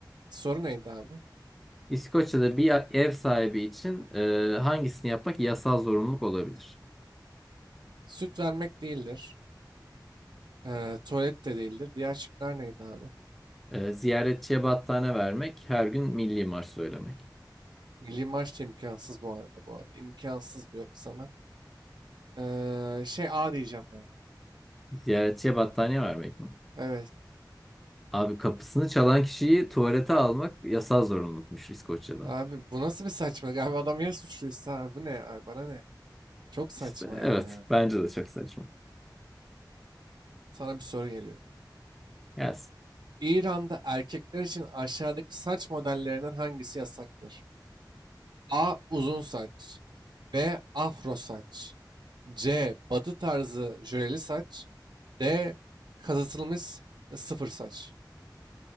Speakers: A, on the right; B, in the centre.
A: Soru neydi abi?
B: İskoçya'da bir ev sahibi için e, hangisini yapmak yasal zorunluluk olabilir?
A: Süt vermek değildir. Eee, tuvalet de değildir. Diğer şıklar neydi abi?
B: Ee, ziyaretçiye battaniye vermek, her gün milli marş söylemek.
A: Milli maç da imkansız bu arada bu arada. İmkansız diyorum sana. Eee, şey A diyeceğim ben.
B: Ziyaretçiye battaniye vermek mi?
A: Evet.
B: Abi kapısını çalan kişiyi tuvalete almak yasal zorunlulukmuş İskoçya'da.
A: Abi bu nasıl bir saçmalık? Abi adam ya suçluysa abi bu ne? Abi bana ne? Çok saçma
B: İşte evet
A: ya.
B: bence de çok saçma.
A: Sana bir soru geliyor.
B: Gelsin.
A: İran'da erkekler için aşağıdaki saç modellerinden hangisi yasaktır? A. Uzun saç. B. Afro saç. C. Batı tarzı jöleli saç. D. Kazıtılmış sıfır saç.